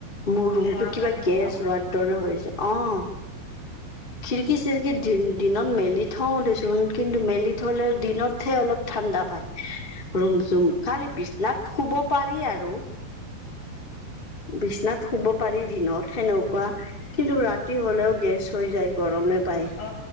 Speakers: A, on the left; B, on the left.
A: মোৰ ৰুমটো
B: গৰম
A: কিবা
B: লাগে দে
A: গেছ
B: ন
A: ৰোৱাৰ দৰে হৈ যায়, অ' খিৰি কি চিৰিক দিনত মেলি থওঁ দেচোন কিন্তু মেলি থলে দিনতহে অলপ ঠাণ্ডা পায়, ৰুম চুম খালি বিছনাত শুব পাৰি আৰু। বিছনা শুব পাৰি দিনত সেনেকুৱা কিন্তু ৰাতি হ'লেও গেছ হৈ যায় গৰমে পায়।
B: অ',